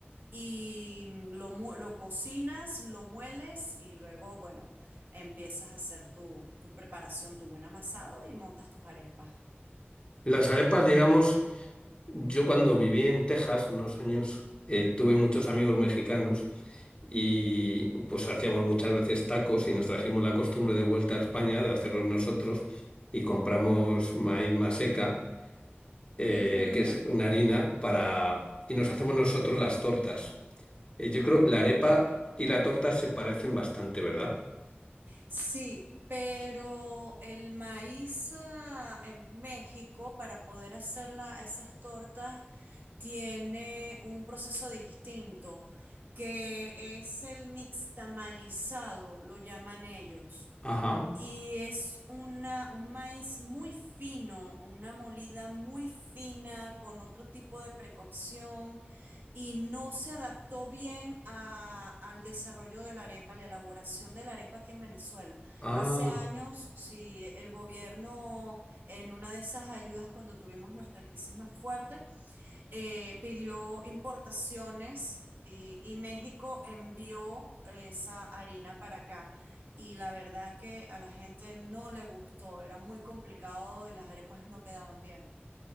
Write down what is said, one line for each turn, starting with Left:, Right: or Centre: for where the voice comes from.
Right: y lo, mu- lo cocinas, lo mueles y luego, bueno, empiezas a hacer tu, tu preparación, tu buen amasado y montas tus arepas.
Left: Las arepas, digamos. Yo cuando viví en Texas unos años, eh, tuve muchos amigos mexicanos y pues hacíamos muchas veces tacos y nos trajimos la costumbre de vuelta a España de hacerlos nosotros y compramos maíz maseca, eh,
Right: Ujú.
Left: que es una harina, para... y nos hacemos nosotros las tortas. Eh, yo creo la arepa y la torta se parecen bastante, ¿verdad?
Right: Sí, pero el maíz ah, en México, para poder hacer la- esas tortas, tiene un proceso distinto, que es el mixtamalizado, lo llaman ellos.
Left: Ajá.
Right: Y es una, un maíz muy fino, una molida muy fina con otro tipo de precocción y no se adaptó bien a- al desarrollo de la arepa, la elaboración de la arepa aquí en Venezuela.
Left: Ah.
Right: Hace años, si el gobierno en una de esas ayudas cuando tuvimos nuestra crisis más fuerte, eh, pidió importaciones y, y México envió esa harina para acá. Y la verdad que a la gente no le gustó, era muy complicado y las arepas no quedaban bien.